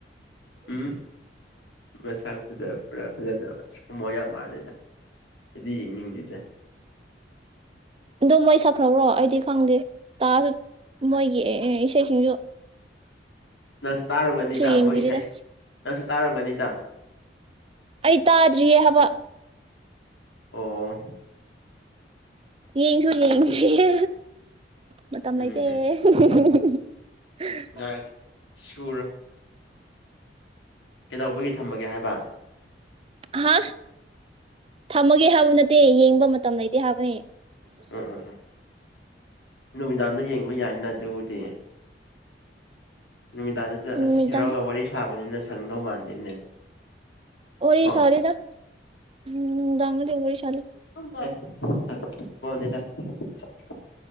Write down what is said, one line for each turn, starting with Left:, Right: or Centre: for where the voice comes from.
Left: ꯎꯝ ꯃꯁꯛ ꯐꯖꯕ꯭ꯔꯥ ꯐꯖꯗꯕ꯭ꯔꯥ ꯍꯣꯃꯣ ꯌꯥꯝ ꯃꯥꯜꯂꯦꯗ ꯑꯩꯗꯤ ꯌꯦꯡꯅꯤꯡꯗꯦꯗ
Right: ꯑꯗꯣ ꯃꯣꯏ ꯁꯛꯈ꯭ꯔꯕ꯭ꯔꯣ ꯑꯩꯗꯤ ꯈꯪꯗꯦ ꯇꯥꯁꯨ ꯃꯣꯏꯒꯤ ꯑꯦ ꯑꯦ ꯏꯁꯩꯁꯤꯡꯖꯨ
Left: ꯅꯪꯁꯨ ꯇꯥꯔꯝꯒꯅꯤꯗ
Right: ꯌꯦꯡꯕꯤꯗꯦꯗ
Left: ꯃꯣꯏ ꯏꯁꯩ ꯅꯪꯁꯨ ꯇꯥꯔꯝꯒꯅꯤꯗ
Right: ꯑꯩ ꯇꯥꯗ꯭ꯔꯤꯌꯦ ꯍꯥꯕ
Left: ꯑꯣ
Right: ꯌꯦꯡꯁꯨ ꯌꯦꯡꯗ꯭ꯔꯤꯌꯦ ꯃꯇꯝ
Left: ꯎꯝ
Right: ꯂꯩꯇꯦ <unintelligible>
Left: ꯎꯝ ꯉꯥꯏ ꯁꯨꯔ ꯀꯩꯗꯧꯕꯒꯤ ꯊꯝꯃꯒꯦ ꯍꯥꯏꯕ
Right: ꯍꯥ ꯊꯝꯃꯒꯦ ꯍꯥꯏꯕ ꯅꯠꯇꯦ ꯌꯦꯡꯕ ꯃꯇꯝ ꯂꯩꯇꯦ ꯍꯥꯏꯕꯅꯦ
Left: ꯎꯝ ꯎꯝ ꯎꯝ ꯅꯨꯃꯤꯗꯥꯡꯗ ꯌꯦꯡꯕ ꯌꯥꯏꯅ ꯑꯗꯨꯕꯨꯗꯤ ꯅꯨꯃꯤꯗꯥꯡꯗ ꯆꯠ
Right: ꯅꯨꯃꯤꯗꯥꯡ
Left: ꯑꯁ ꯍꯦꯔꯣꯒ ꯋꯥꯔꯤ ꯁꯥꯕꯅꯤꯅ ꯁꯪꯗꯧ ꯃꯥꯟꯗꯦꯅꯦ
Right: ꯋꯥꯔꯤ
Left: ꯀꯣ
Right: ꯁꯥꯗꯦꯗ ꯎꯝ ꯅꯨꯡꯗꯥꯡꯗꯗꯤ ꯋꯥꯔꯤ ꯁꯥꯗꯦ
Left: <unintelligible>